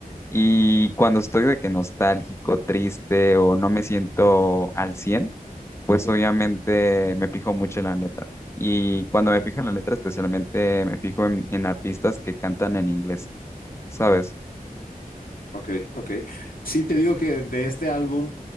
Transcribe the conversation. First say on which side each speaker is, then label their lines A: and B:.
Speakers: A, on the left; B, on the left.
A: Y cuando estoy de que nostálgico, triste o no me siento al cien pues obviamente me fijo mucho en la letra. Y cuando me fijo en la letra, especialmente me fijo en, en artistas que cantan en inglés, ¿sabes?
B: Ok, ok. Sí, te digo que de este álbum,